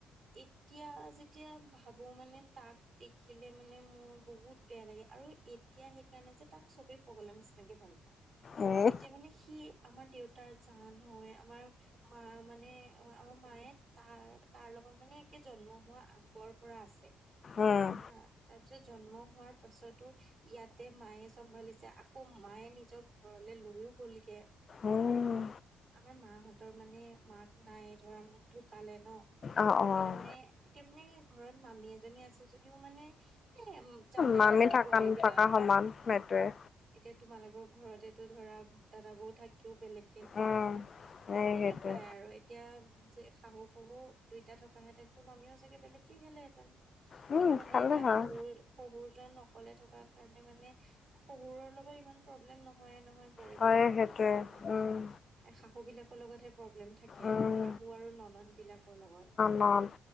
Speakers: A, on the right; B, on the left.
A: এতিয়া যেতিয়া ভাবো মানে তাক দেখিলে মানে মোৰ বহুত বেয়া লাগে আৰু এতিয়া সেইকাৰণে যে তাক চবে পগলা নিচিনাকে ভাল পায়
B: উম,
A: এতিয়া মানে সি আমাৰ দেউতাৰ জান হয় আমাৰ মা মানে আমাৰ মায়ে তাৰ তাৰ লগত মানে একে জন্ম হোৱা আগ আগৰ পৰা আছে
B: উম,
A: হা তাৰ পিছত জন্ম হোৱাৰ পাছতো - ইয়াতে মায়ে চম্ভালিছে আকৌ মায়ে নিজৰ ঘৰলে লৈয়ও গলগে।
B: উম,
A: উ আমাৰ মাহঁতৰ মানে মাক নাই ধৰা ঢুকালে ন
B: অ',
A: সেইকাৰণে
B: অ',
A: মানে এতিয়া মানে ঘৰত মামী এজনী আছে যদিও মানে এ জানাই
B: মামী
A: ন
B: থকা
A: বোৱাৰী
B: নথকা
A: বিলাক।
B: সমান সেইটোৱেই
A: এতিয়া তোমালোকৰ ঘৰতে টো ধৰা দাদা বৌ থাকিও বেলেগকে খোৱা
B: উম,
A: হয় নে সেই
B: এই
A: তেনেকুৱাই
B: সেইটোৱে
A: আৰু এতিয়া যে শাহু শহু দুইটা থকাহেঁতেনো মামীও চাগে বেলেগকে খেলেহেঁতেন।
B: উম,
A: কিন্তু মানে
B: খালে
A: এতিয়া
B: হয়।
A: শহুৰ শহুৰ জন অকলে থকাৰ কাৰণে মানে শহুৰৰ লগত ইমান প্ৰব্লেম নহয়ে নহয় বোৱাৰী
B: হয়
A: বিলাকৰ
B: সেইটোৱে
A: বুইছা নে নাই,
B: উম
A: এ শাহু বিলাকৰ লগতহে প্ৰব্লেম থাকে
B: উম
A: শাহু আৰু ননদ বিলাক মোৰ লগত
B: ননদ